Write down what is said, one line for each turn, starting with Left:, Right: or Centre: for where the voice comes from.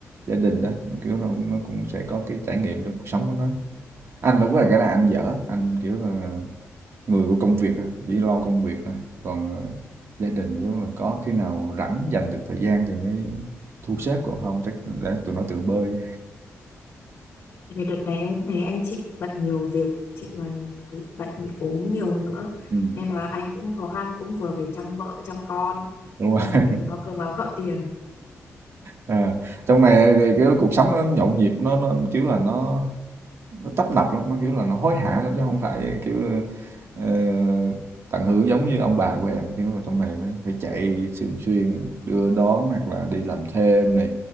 Right: gia đình đó, nó kiểu là nó cũng sẽ có cái trải nghiệm trong cuộc sống của nó. Anh đúng là cái này anh dở, anh kiểu là người của công việc thôi, chỉ lo công việc thôi. Còn ờ, gia đình kiểu là có khi nào rảnh dành được thời gian thì mới thu xếp còn không chắc để tụi nó tự bơi.
Left: Tại vì đợt này em cũng thấy anh chị bận nhiều việc, chị còn bị bệnh bị ốm nhiều nữa.
Right: Ừ,
Left: Nên là anh cũng khó khăn, cũng vừa phải chăm vợ, chăm con,
Right: đúng rồi.
Left: xong vừa phải lo cơm áo gạo tiền.
Right: À, trong này thì kiểu cuộc sống nó nhộn nhịp, nó nó kiểu là nó nó tấp nập lắm, nó, kiểu là, nó hối hả lắm chứ không phải, kiểu, ờ, tận hưởng giống như ông bà của em. Kiểu là, trong này nó phải chạy thường xuyên, đưa đón hoặc là đi làm thêm này,